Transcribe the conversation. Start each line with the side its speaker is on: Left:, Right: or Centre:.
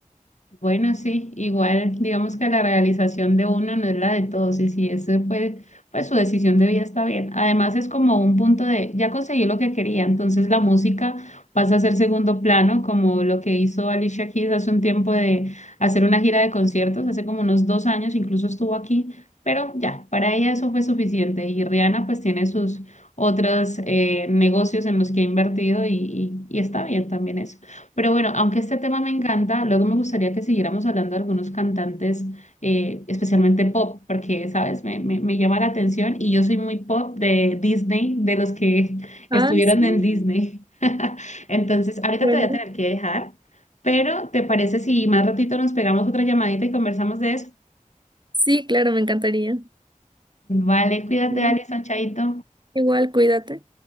Left: Bueno, sí, igual digamos que la realización de uno no es la de todos y si ese fue, pues su decisión de vida está bien. Además es como un punto de, ya conseguí lo que quería, entonces la música pasa a ser segundo plano, como lo que hizo Alicia Keys hace un tiempo de hacer una gira de conciertos, hace como unos dos años, incluso estuvo aquí, pero ya, para ella eso fue suficiente y Rihanna pues tiene sus otros eh, negocios en los que ha invertido y, y y está bien también eso. Pero bueno, aunque este tema me encanta, luego me gustaría que siguiéramos hablando de algunos cantantes, eh, especialmente pop, porque, sabes, me, me, me llama la atención y yo soy muy pop de Disney, de los que <laughs> estuvieron
Right: Ah, sí.
Left: en Disney. <laughs> Entonces, ahorita
Right: Bueno,
Left: te voy a tener que dejar, pero ¿te parece si más ratito nos pegamos otra llamadita y conversamos de eso?
Right: sí, claro, me encantaría.
Left: Vale, cuídate,
Right: Ujú.
Left: Alison, chaito.
Right: Igual, cuídate.